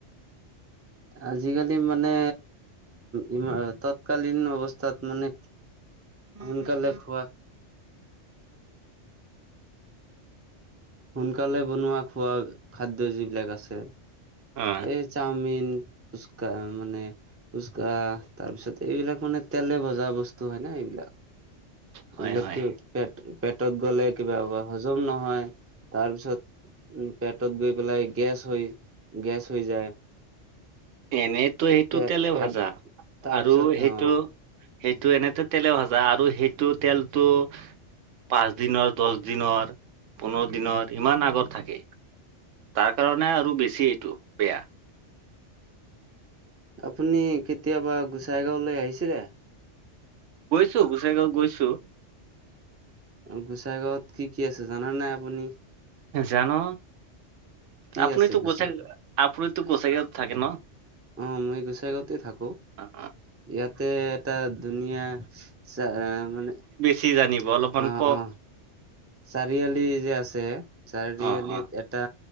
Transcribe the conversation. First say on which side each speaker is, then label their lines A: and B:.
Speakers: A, on the right; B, on the right.
A: আজিকালি মানে ই তৎকালীন অৱস্থাত মানে সোনকালে খোৱা সোনকালে বনোৱা খোৱা খাদ্য যিবিলাক আছে
B: অ
A: এই চাওমিন ফুচকা মানে ফুচকা তাৰ পিছত এইবিলাক মানে তেলে ভজা বস্তু হয় ন এইবিলাক
B: হয়
A: এইবিলাক
B: হয়
A: পেট পেটত গ'লে কিবা হজম নহয় তাৰ পিছত উম পেটত গৈ পেলাই গেছ হৈ গেছ হৈ যায়
B: এনেইতো সেইটো
A: পেট
B: তেলে
A: পেট
B: ভাজা
A: তাৰপিছত
B: আৰু সেইটো
A: অ
B: সেইটো এনেতে তেলে ভাজা আৰু সেইটো তেলটো পাঁচ দিনৰ দহ দিনৰ পোন্ধৰ দিনৰ ইমান আগৰ থাকে তাৰ কাৰণে আৰু বেছি এইটো বেয়া
A: আপুনি কেতিয়াবা গোসাইগাঁওলৈ আহিছিলে
B: গৈছো গোচাই গাঁওত গৈছো
A: অ গোচাই গাঁৱত কি কি আছে জানা নে আপুনি
B: জানো
A: কি
B: আপুনিতো
A: আছে গোসাইগাঁও?
B: গোচাই আপুনিতো গোসাঁইগাঁও থাকে ন
A: অ মই গোচাই গাওতে থাকো
B: অ অ
A: ইয়াতে এটা দুনীয়া চ মানে
B: সি জানিব অলপমান
A: অ
B: কওক
A: অ চাৰিআলি যে আছে চাৰিআলিত
B: অ অ
A: এটা